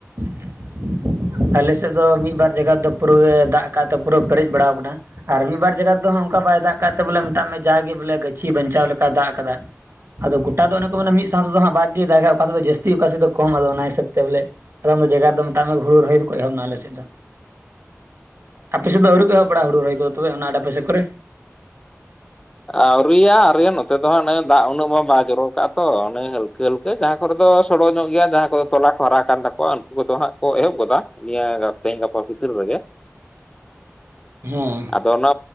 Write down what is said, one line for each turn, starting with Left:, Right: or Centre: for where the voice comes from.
Right: <inaudible> ᱟᱞᱮᱥᱮᱫ ᱫᱚ ᱢᱤᱫᱵᱟᱨ ᱡᱟᱭᱜᱟ ᱫᱚ ᱯᱩᱨᱟᱹ ᱫᱟᱜ ᱠᱟᱜᱼᱟ ᱛᱚ, ᱯᱩᱨᱟᱹ ᱯᱮᱨᱮᱡ ᱵᱟᱲᱟᱣ ᱟᱠᱟᱱᱟ ᱾ ᱟᱨ ᱢᱤᱫ ᱵᱟᱨ ᱡᱟᱭᱜᱟ ᱨᱮ ᱚᱱᱠᱟ ᱵᱟᱭ ᱫᱟᱜ ᱠᱟᱜ ᱛᱮ ᱵᱚᱞᱮ ᱢᱮᱛᱟᱜ ᱢᱮ, ᱡᱟᱜᱮ ᱵᱚᱞᱮ ᱜᱟᱹᱪᱷᱤ ᱵᱟᱧᱪᱟᱣ ᱞᱮᱠᱟᱭ ᱫᱟᱜ ᱟᱠᱟᱫᱟ ᱾ ᱟᱫᱚ ᱜᱚᱴᱟ ᱫᱚ ᱚᱱᱮ ᱠᱚ ᱢᱮᱱᱟ ᱢᱤᱫ ᱥᱟᱶᱛᱮ ᱫᱚ ᱦᱟᱸᱜ ᱵᱟᱜ ᱜᱮ ᱫᱟᱜ ᱚᱠᱟ ᱥᱮᱫ ᱫᱚ ᱡᱟᱹᱥᱛᱤ ᱚᱠᱟ ᱥᱮᱫ ᱫᱚ᱾ ᱠᱚᱢ ᱟᱫᱚ ᱚᱱᱟ ᱦᱤᱥᱟᱹᱵᱽ ᱛᱮ ᱵᱚᱞᱮ ᱟᱫᱚᱢᱫᱚ ᱡᱟᱭᱜᱟ ᱨᱮᱫᱚ ᱢᱮᱛᱟ ᱢᱮ ᱦᱩᱲᱩ ᱨᱚᱦᱚᱭ ᱫᱚᱠᱚ ᱮᱦᱚᱵ ᱮᱱᱟ ᱟᱞᱮ ᱥᱮᱫ ᱫᱚ᱾ ᱟᱯᱮ ᱥᱮᱫ ᱫᱚ ᱟᱹᱣᱨᱤ ᱠᱚ ᱮᱦᱚᱵ ᱵᱟᱲᱟᱜ ᱦᱩᱲᱩ ᱨᱚᱦᱚᱭ ᱠᱚ ᱛᱚᱵᱮ ᱚᱱᱟ ᱟᱰᱮ ᱯᱟᱥᱮ ᱠᱚᱨᱮ?
Left: ᱟᱹᱣᱨᱤᱭᱟ ᱟᱹᱣᱨᱤᱭᱟᱹ ᱱᱚᱛᱮ ᱫᱚ ᱦᱟᱸᱜ ᱫᱟᱜ ᱩᱱᱟᱹᱜ ᱢᱟ ᱵᱟᱭ ᱡᱚᱨᱚ ᱠᱟᱜ ᱛᱚ ᱚᱱᱮ ᱦᱟᱹᱞᱠᱟᱹ ᱦᱟᱹᱞᱠᱟᱹ᱾ ᱮ ᱡᱟᱦᱟᱸ ᱠᱚᱨᱮ ᱫᱚ ᱥᱚᱲᱚ ᱧᱚᱜ ᱜᱮᱭᱟ ᱡᱟᱦᱟᱸᱭ ᱠᱚᱫᱚ ᱛᱚᱞᱟ ᱠᱚ ᱦᱟᱨᱟ ᱠᱟᱱ ᱛᱟᱠᱚᱣᱟ ᱩᱱᱠᱩ ᱠᱚᱫᱚ ᱦᱟᱸᱜ ᱠᱚ ᱮᱦᱚᱵ ᱜᱚᱫᱟ ᱱᱤᱭᱟᱹ ᱛᱮᱦᱤᱧ ᱜᱟᱯᱟ ᱵᱷᱤᱛᱤᱨ ᱨᱮᱜᱮ ᱾
Right: ᱦᱮᱸ
Left: ᱟᱫᱚ ᱚᱱᱟ